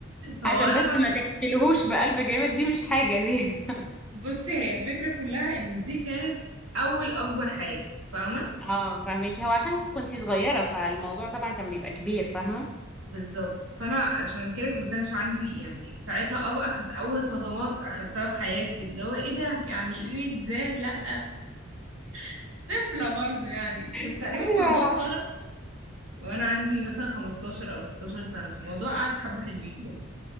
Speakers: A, on the right; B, in the centre.
A: هو
B: عشان
A: انا
B: بس
A: برضو
B: ما تحكيلهوش بقلب جامد دي مش حاجة دي
A: بصي هي الفكرة كلها ان دي كانت اول اكبر حاجة فاهمة
B: <laughs> اه فاهمك هو عشان كنتي صغيرة فالموضوع طبعا كان بيبقى كبير فاهمة
A: بالظبط فانا عشان كده ما كانش عندي يعني ساعتها اه بقى كانت اول صدمات اخدتها في حياتي اللي هو ايه ده يعني ايه ازاي لا <laughs> طفلة برضه يعني بس
B: <laughs>
A: تقريبا الموضوع خلص وانا عندي مثلا 15 او 16 سنة في الموضوع قعد حبة حلوين برضه